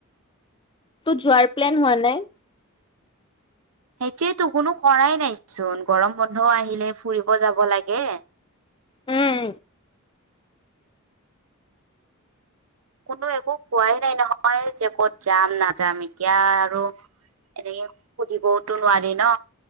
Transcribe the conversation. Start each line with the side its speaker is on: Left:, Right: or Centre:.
Left: টো যোৱাৰ প্লেন হোৱা নাই? <inaudible>
Right: সেইটোয়েতো কোনো কৰাই নাইচোন গৰম বন্ধও আহিলে ফুৰিব যাব লাগে
Left: উম।
Right: কোনো একো কোৱাই নাই নহয় যে ক'ত যাম নাযাম এতিয়া আৰু এনেকে সুধিবওতো নোৱাৰি ন